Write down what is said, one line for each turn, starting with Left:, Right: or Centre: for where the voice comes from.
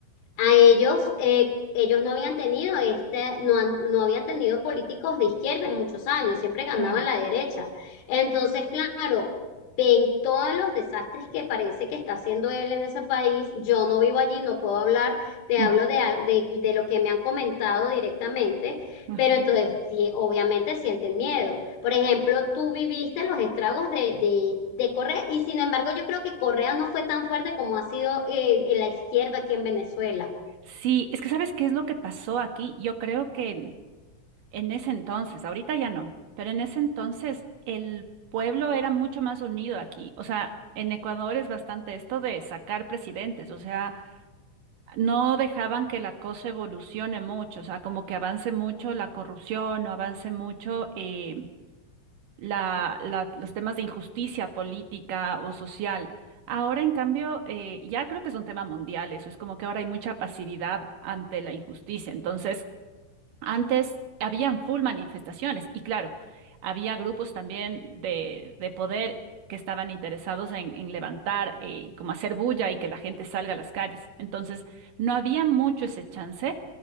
Left: a ellos, eh, ellos no habían tenido este, no, han- no habían tenido políticos de izquierda en muchos años, siempre ganaban
Right: claro.
Left: la derecha. Entonces, claro, ven todos los desastres que parece que está haciendo él en ese país. Yo no vivo allí, no puedo hablar, te
Right: Ujú,
Left: hablo de, al- de, de lo que me han comentado directamente,
Right: ajá.
Left: pero entonces sí, obviamente sienten miedo. Por ejemplo, tú viviste los estragos de, de, de Correa y sin embargo yo creo que Correa no fue tan fuerte como ha sido eh, la izquierda aquí en Venezuela.
Right: Sí, es que ¿sabes qué es lo que pasó aquí? Yo creo que en ese entonces, ahorita ya no, pero en ese entonces el pueblo era mucho más unido aquí. O sea, en Ecuador es bastante esto de sacar presidentes, o sea, no dejaban que la cosa evolucione mucho, o sea, como que avance mucho la corrupción o avance mucho eh, la- la- los temas de injusticia política o social. Ahora, en cambio, eh, ya creo que es un tema mundial, eso es como que ahora hay mucha pasividad ante la injusticia. Entonces, antes habían full manifestaciones y claro, había grupos también de, de poder que estaban interesados en, en levantar, eh, como hacer bulla y que la gente salga a las calles. Entonces, no había mucho ese chance